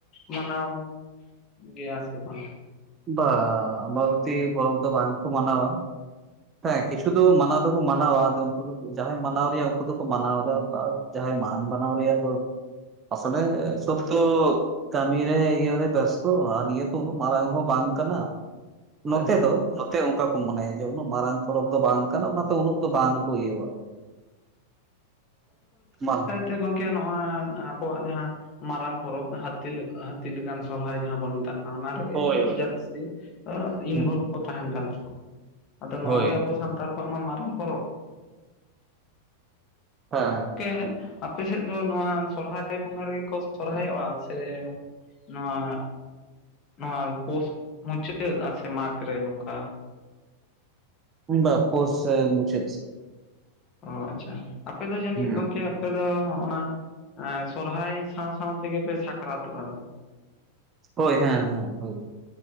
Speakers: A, on the left (about 30°); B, on the right (about 25°).
A: ᱢᱟᱱᱟᱣ ᱜᱮᱭᱟ ᱥᱮ ᱵᱟᱝ
B: ᱵᱟ ᱟᱢᱵᱵᱚᱛᱤ ᱯᱚᱨᱚᱵ ᱫᱚ ᱵᱟᱝ ᱠᱚ ᱢᱟᱱᱟᱣᱟ ᱦᱮᱸ ᱠᱤᱪᱷᱩ ᱫᱚ ᱢᱟᱱᱟᱣ ᱫᱚᱠᱚ ᱢᱟᱱᱟᱣᱟ ᱟᱫᱚ ᱩᱱᱠᱩ ᱫᱚ ᱡᱟᱦᱟᱸᱟᱭ ᱢᱟᱱᱟᱣ ᱨᱮᱭᱟᱜ ᱩᱱᱠᱩ ᱫᱚᱠᱚ ᱢᱟᱱᱟᱣᱫᱟ ᱡᱟᱦᱟᱸᱭ ᱵᱟᱝ ᱢᱟᱱᱟᱣ ᱨᱮᱭᱟᱜ ᱠᱚ
A: ᱪᱮᱫ ᱦᱚᱸ ᱵᱟᱝ ᱟᱸᱡᱚᱢᱚᱜ ᱠᱟᱱᱟ
B: ᱟᱥᱚᱞᱮ ᱥᱚᱵ ᱛᱚ ᱠᱟᱹᱢᱤ ᱨᱮ ᱤᱭᱟᱹ ᱨᱮ ᱵᱮᱥᱛᱚ ᱱᱤᱭᱟᱹᱛᱚ ᱩᱱᱟᱹᱜ ᱢᱟᱨᱟᱝ ᱦᱚᱸ ᱵᱟᱝ ᱠᱟᱱᱟ
A: ᱦᱳᱭ
B: ᱱᱚᱛᱮ ᱫᱚ ᱱᱚᱛᱮ ᱚᱱᱠᱟ ᱠᱚ ᱢᱚᱱᱮᱭᱟ ᱡᱮ ᱢᱟᱨᱟᱝ ᱯᱚᱨᱚᱵᱽ ᱫᱚ ᱵᱟᱝ ᱠᱟᱱᱟ ᱚᱱᱟᱛᱮ ᱩᱱᱟᱹᱜ ᱫᱚ ᱵᱟᱝ ᱠᱚ ᱤᱭᱟᱹᱣᱟ ᱢᱟᱱ
A: ᱥᱮ ᱜᱚᱝᱠᱮ ᱱᱚᱣᱟᱜ ᱟᱵᱚᱣᱟᱜ ᱡᱟᱦᱟᱸ ᱢᱟᱨᱟᱝ ᱯᱚᱨᱚᱵᱽ ᱦᱟᱹᱛᱤ, ᱦᱟᱹᱛᱤ ᱞᱮᱠᱟᱱ ᱥᱚᱨᱦᱟᱭ ᱡᱟᱦᱟᱸ ᱵᱚᱱ ᱢᱮᱛᱟᱜ ᱠᱟᱱᱟ ᱚᱱᱟ ᱨᱮᱜᱮ
B: ᱦᱳᱭ ᱦᱳᱭ
A: ᱡᱟᱹᱥᱛᱤ ᱤᱱᱵᱷᱚᱞᱵᱷ
B: ᱦᱩᱸ
A: ᱠᱚ ᱛᱟᱦᱮᱱ ᱠᱟᱱ ᱛᱟᱵᱚᱱᱟ ᱟᱫᱚ
B: ᱦᱳᱭ
A: ᱱᱚᱶᱟ ᱜᱮ ᱟᱵᱚ ᱥᱟᱱᱛᱟᱲ ᱠᱚᱣᱟᱜ ᱢᱟ ᱢᱟᱨᱟᱝ ᱯᱚᱨᱚᱵᱽ
B: ᱦᱮᱸ
A: ᱜᱚᱝᱠᱮ ᱟᱯᱮ ᱥᱮᱫ ᱫᱚ ᱱᱚᱣᱟ ᱥᱚᱨᱦᱟᱭ ᱵᱚᱸᱜᱟ ᱨᱮᱜᱮ ᱠᱚ ᱥᱚᱨᱦᱟᱭᱚᱜᱼᱟ ᱥᱮ ᱱᱚᱣᱟ ᱱᱚᱣᱟ ᱯᱩᱥ ᱢᱩᱪᱟᱹᱫ ᱥᱮ ᱢᱟᱜ ᱨᱮ ᱱᱚᱝᱠᱟ
B: ᱵᱟ ᱯᱩᱥ ᱢᱩᱪᱟᱹᱫ
A: ᱚ ᱟᱪᱷᱟ ᱟᱯᱮ ᱫᱚ ᱡᱟᱹᱱᱤᱡ
B: ᱦᱩᱸ
A: ᱜᱚᱝᱠᱮ ᱟᱯᱮ ᱫᱚ ᱚᱱᱟ ᱥᱚᱨᱦᱟᱭ ᱥᱟᱶ-ᱥᱟᱶ ᱛᱮᱜᱮ ᱯᱮ ᱥᱟᱠᱨᱟᱛᱚᱜᱼᱟ᱾
B: ᱦᱳᱭ ᱦᱮᱸᱻ ᱦᱮᱸᱻ ᱦᱳᱭ